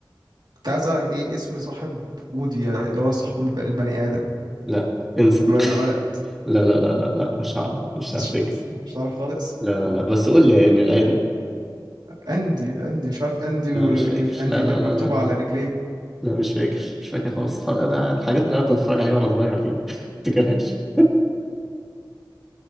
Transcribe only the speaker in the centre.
لا انسى
<laughs>
لا لا لا لا لا مش هعرف
مش
هفتكر
لا لا لا بس قول لي للعلم
لا
مش فاكر
لا لا
لا
لا لا
لا
لا مش فاكر مش فاكر خالص فرق ده الحاجات اللي انا كنت بتفرج عليها وانا صغير دي <laughs> ما افتكرهاش